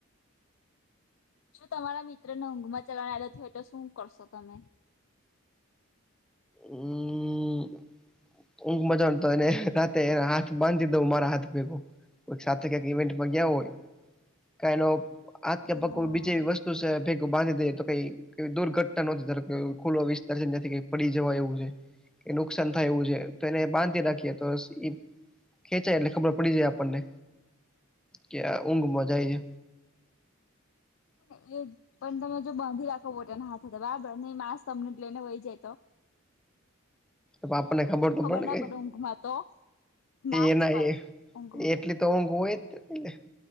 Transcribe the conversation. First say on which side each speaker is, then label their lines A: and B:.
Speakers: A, on the left (about 65°); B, in the centre.
A: જો તમારા મિત્રને ઊઘમાં ચાલવાની આદત હોય તો શું કરશો તમે?
B: અમ્મ. અમ્મ ઊંઘમાં ચાલવાન તો એને રાતે એના હાથ બાંધી દઉં મારા હાથ ભેગું. કોઈક સાથે કાક ઈવેન્ટમાં ગયા હોય કા એનો હાથ કે
A: હા
B: પગ કોઈ બીજી એવી વસ્તુ છે ભે ગુ બાંધી દયે તો કઈ દુર્ઘટના નોતી ખુલ્લો વિસ્તાર છે ન્યાથી કાઈ પડી જવા એવું છે. કંઈ નુકસાન થાય એવું છે. તો એને બાંધી રાખીએ તો ઈ ખેંચાય એટલે ખબર પડી જાય આપણને. કે આ ઊંઘમાં જાય હે.
A: હ ને એજ. પણ તમે જો બાંધી રાખવા બોલ્યા હાથે તો બરાબર નહીં માણસ તમને લઈને વહી જાય તો?
B: તો આપણને
A: તમને
B: તો
A: ખબર ના
B: ને
A: પડે ઊઘમાં તો? ના
B: એના
A: જ પડે
B: એ
A: ઊંઘમાં
B: એટલી તો ઊંઘ હોય જ ને. એટલે